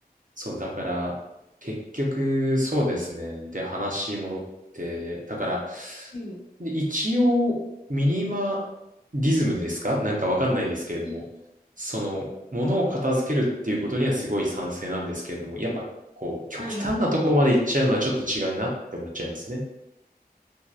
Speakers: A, on the right; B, on the left.
A: そう、だから、結局、そうですね。で、話戻って、だから、
B: はい
A: で一応、ミニマリズムですかなんかわかんないですけれども、
B: はい。
A: その、ものを片付けるっていうことにはすごい賛成なんですけれども、やっぱ、こう、極端なところまで行っちゃうのはちょっと違うなって思っちゃいますね。
B: はい。